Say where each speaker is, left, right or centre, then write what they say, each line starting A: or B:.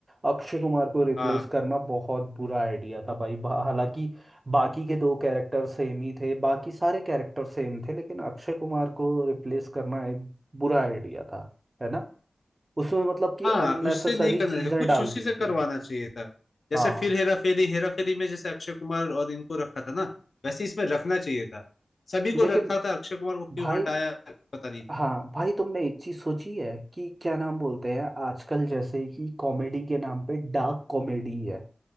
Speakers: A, on the right; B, on the left.
A: अक्षय कुमार को रिप्लेस
B: हाँ
A: करना बहुत बुरा आइडिया था भाई बा- हालांकि बाकी के दो कैरेक्टर सेम ही थे बाकी सारे कैरेक्टर सेम थे लेकिन अक्षय कुमार को रिप्लेस करना एक बुरा आइडिया था है ना उसमें मतलब कि
B: हाँ
A: अननेसेसरी
B: उससे नहीं करना
A: चीजें
B: चाहिए कुछ
A: डाल
B: उसी
A: दी
B: से
A: थी
B: करवाना चाहिए था जैसे
A: हाँ
B: फिर हेरा फेरी हेरा फेरी में जैसे अक्षय कुमार और इनको रखा था ना वैसे इसमें रखना चाहिए था सभी
A: लेकिन
B: को रखा था अक्षय कुमार को क्यों
A: भाई
B: हटाया पता नहीं
A: हाँ भाई तुमने एक चीज सोची है कि क्या नाम बोलते हैं आजकल जैसे कि कॉमेडी के नाम पे डार्क कॉमेडी है